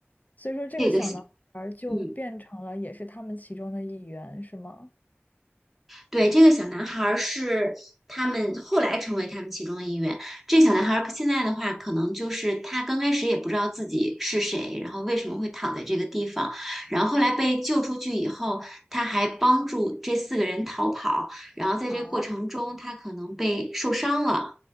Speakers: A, on the left (about 40°); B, in the centre.
A: 所以说这个小男孩儿就变成了也是他们其中的一员，
B: 这个小。嗯，
A: 是吗？
B: 对，这个小男孩儿是他们后来成为他们其中的一员。这小男孩儿现在的话，可能就是他刚开始也不知道自己是谁，然后为什么会躺在这个地方，然后后来被救出去以后，他还帮助这四个人逃跑，然后在这过程中，
A: 啊，
B: 他可能被受伤了。